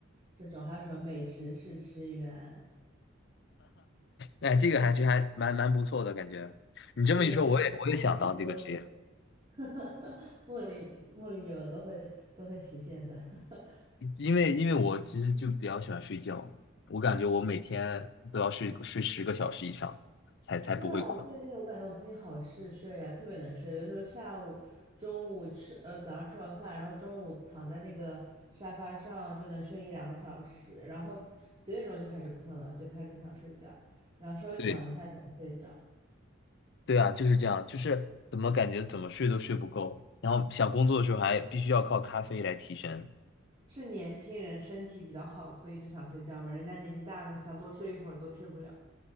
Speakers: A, on the right (about 30°); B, on the left (about 55°).
A: 这种还有什么美食试吃员，
B: 哎，这个还其实还蛮蛮不错的感觉。你这么一说，
A: 就是感觉梦里都有，
B: 我也我也想当这个职业，
A: <laughs> 梦里梦里有的都会都会实现的。<laughs>
B: 因为因为我其实就比较喜欢睡觉，我感觉我每天都要睡睡十个小时以上，才才不会困。
A: 对啊，我最近我感觉我最近好嗜睡啊，特别能睡。有的时候下午、中午吃，呃，早上吃完饭，然后中午躺在那个沙发上就能睡一两个小时，然后九点钟就开始困了，就开始想睡觉，然后稍微躺一下就能睡着。
B: 对。对啊，就是这样，就是怎么感觉怎么睡都睡不够，然后想工作的时候还必须要靠咖啡来提神。
A: 是年轻人身体比较好，所以就想睡觉嘛。人家年纪大了，想多睡一会儿都睡不了。